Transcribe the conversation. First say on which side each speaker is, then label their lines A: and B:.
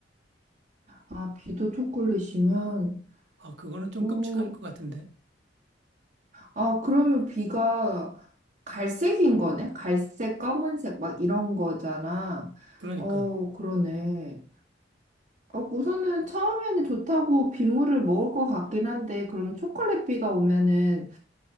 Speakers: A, on the right; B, on the right.
A: 아, 비도 초콜릿이면,
B: 아 그거는 좀
A: 오,
B: 끔찍할 것 같은데.
A: 아, 그러면 비가 갈색인 거네? 갈색, 검은색, 막 이런 거잖아.
B: 그러니까
A: 어, 그러네. 어, 우선은 처음에는 좋다고 빗물을 먹을 것 같긴 한데, 그럼 초콜릿 비가 오면은